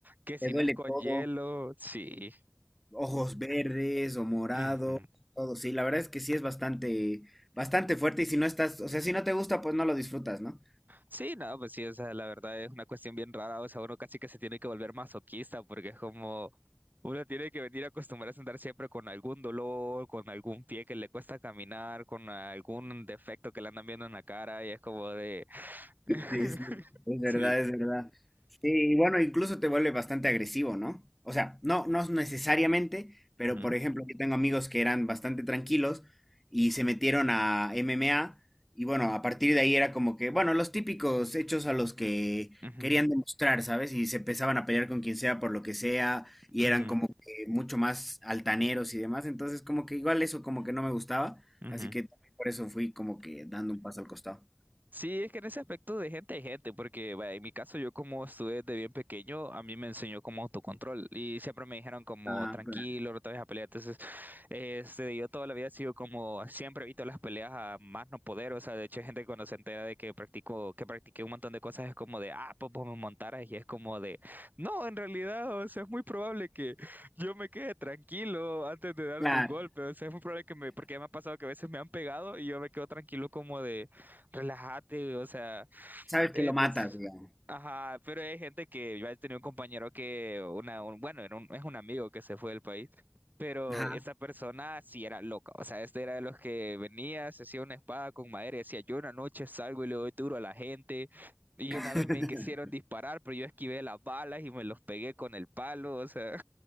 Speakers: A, on the right (about 45°); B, in the centre.
A: que si
B: te duele
A: no es con
B: todo.
A: hielo, sí.
B: Ojos verdes o morados,
A: Ujú.
B: todo. Sí, la verdad es que sí es bastante, bastante fuerte y si no estás, o sea, si no te gusta, pues no lo disfrutas, ¿no?
A: Sí, no, pues sí, o sea, la verdad es una cuestión bien rara, o sea, uno casi que se tiene que volver masoquista porque es como uno tiene que venir a acostumbrarse a andar siempre con algún dolor, con algún pie que le cuesta caminar, con algún defecto que le andan viendo en la cara y es como de... <laughs>
B: Sí, sí, es verdad,
A: Sí.
B: es verdad. Sí, y bueno, incluso te vuelve bastante agresivo, ¿no? O sea, no, no necesariamente, pero
A: Ujú,
B: por ejemplo, yo tengo amigos que eran bastante tranquilos y se metieron a MMA y bueno, a partir de ahí era como que, bueno, los típicos hechos a los que
A: ujú,
B: querían demostrar, ¿sabes? Y se empezaban a pelear con quien sea por lo que sea y
A: ujú,
B: eran como que mucho más altaneros y demás, entonces como que igual eso como que no me gustaba,
A: ujú.
B: así que también por eso fui como que dando un paso al costado.
A: Sí, es que en ese aspecto de gente hay gente, porque vaya, en mi caso yo como estuve desde bien pequeño, a mí me enseñó como autocontrol y siempre me dijeron como
B: Ah,
A: tranquilo,
B: claro.
A: no te vayas a pelear. Entonces, este, yo toda la vida he sido como, siempre evito las peleas a más no poder, o sea, de hecho hay gente que cuando se entera de que practico, que practiqué un montón de cosas es como de, ah, pues vos me montaras y es como de, no, en realidad, o sea, es muy probable que yo me quede tranquilo antes de darte
B: Claro,
A: un golpe, o sea, es muy probable que me, porque ya me ha pasado que a veces me han pegado y yo me quedo tranquilo como de... Relájate, güey, o sea,
B: sabes que
A: entonces,
B: lo matas, digamos.
A: ajá, pero hay gente que yo he tenido un compañero que, una, un- bueno, era un- es un amigo que se fue del país, pero
B: Ajá.
A: esa persona sí era loca, o sea, este era de los que venía, se hacía una espada con madera y decía, yo una noche salgo y le doy duro a la gente, y
B: <laughs>
A: una vez me quisieron disparar, pero yo esquivé las balas y me los pegué con el palo, o sea.